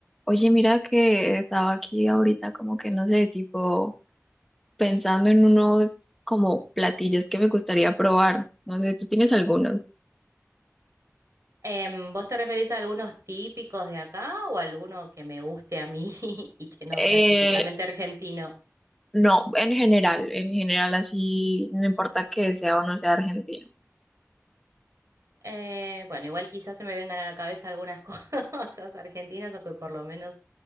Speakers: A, in the centre; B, on the right (about 75°).
A: Oye, mira que estaba aquí ahorita como que no sé, tipo pensando en unos como platillos que me gustaría probar. No sé, ¿tú tienes algunos?
B: Em, ¿vos te referís a algunos típicos de acá o alguno que me guste a mí <laughs> y que no
A: Eh,
B: sea típicamente argentino?
A: no, en general, en general así, no importa que sea o no sea argentino.
B: Eh, bueno, igual quizás se me vengan a la cabeza algunas <laughs> cosas argentinas o que por lo menos